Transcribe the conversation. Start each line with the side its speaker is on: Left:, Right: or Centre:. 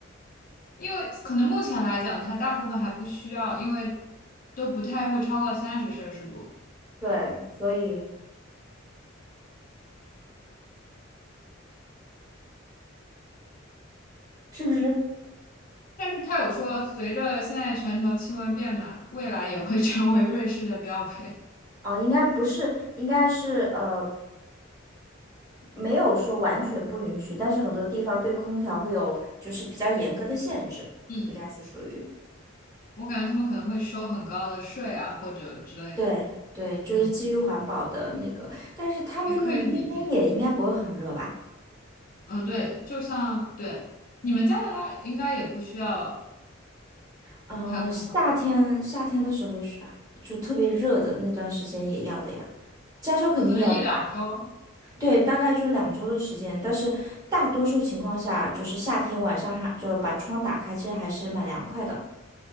Left: 因为可能目前来讲，它大部分还不需要，因为都不太会超过三十摄氏度。
Right: 对，所以是不是？
Left: 但是他有说，随着现在全球气温变暖，未来也会成为瑞士的标配。
Right: 哦，应该不是，应该是呃，没有说完全不允许，但是很多地方对空调会有就是比较严格的限制，
Left: 嗯，
Right: 应该是属于。
Left: 我感觉他们可能会收很高的税啊，或者之类的。
Right: 对对，就是基于环保的那个，
Left: 嗯，
Right: 但是他们那那边也应该不会很热吧？
Left: 也可以理解。嗯，对，就像对你们加拿大应该也不需要
Right: 嗯、
Left: 开空调，
Right: 夏天夏天的时候是就特别热的那段时间也要的呀，加州肯定要的吧。
Left: 可能一两周。
Right: 对，大概就两周的时间，但是大多数情况下，就是夏天晚上还就是把窗打开，其实还是蛮凉快的。